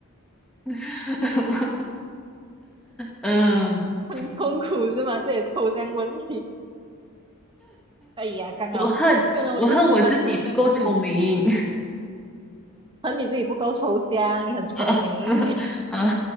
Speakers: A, in the centre; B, on the right.
A: <laughs> 嗯，
B: 很痛苦是吗？这也抽象问题，哎呀，刚好刚好我就喜欢抽象问题。
A: 我恨我恨我自己不够聪明
B: 可能你自己不够抽象，你很聪明，
A: <laughs> 啊！